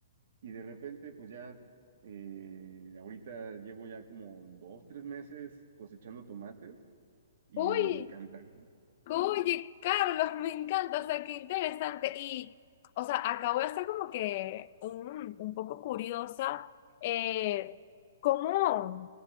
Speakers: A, on the right (about 60°); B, on the left (about 40°).
A: y de repente, pues ya, eh, ahorita llevo ya como dos, tres meses cosechando tomates y
B: Uy.
A: encantado.
B: Oye, Carlos, me encanta, o sea, qué interesante. Y, o sea, acabo de estar como que un, un poco curiosa, eh, ¿cómo, o